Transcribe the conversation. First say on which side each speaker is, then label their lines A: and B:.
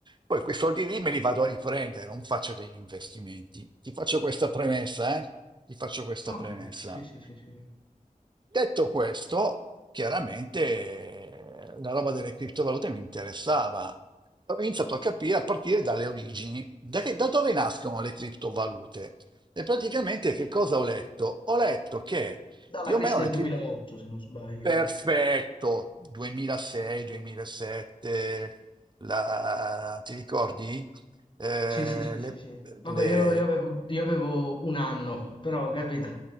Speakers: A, on the right; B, on the left.
A: Poi quei soldi lì me li vado a riprendere, non faccio degli investimenti. Ti faccio questa premessa, eh? Ti faccio questa
B: Ho
A: premessa.
B: capito, sì, sì, sì, sì.
A: Detto questo, chiaramente eh, la roba delle criptovalute mi interessava. Ho iniziato a capire a partire dalle origini, da, che- da dove nascono le criptovalute. E praticamente che cosa ho letto? Ho letto che
B: Dalla
A: più
B: crisi
A: o meno
B: del
A: le criptovalute.
B: 2008, se non sbaglio.
A: Perfetto, 2006-2007, la... ti ricordi? Eh,
B: Sì, sì, sì,
A: le,
B: sì, sì. Vabbè,
A: le-
B: io, io avevo, io avevo un anno, però ho capito.